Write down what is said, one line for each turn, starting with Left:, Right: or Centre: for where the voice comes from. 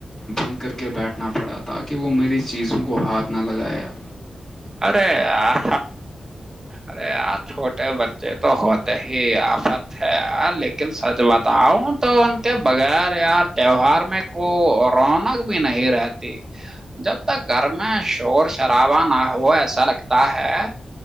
Left: بند کر کے بیٹھنا پڑا تاکہ وہ میری چیزوں کو ہاتھ نہ لگایا
Right: ارے یار ارے ار چھوٹے بچے تو ہوتے ہی آفت ہے لیکن لیکن سچ بتاؤں تو ان کے بغیر یار تہوار میں کو رونق بھی نہیں رہتی جب تک گھر میں شور سے ا نہ ہو ایسا لگتا ہے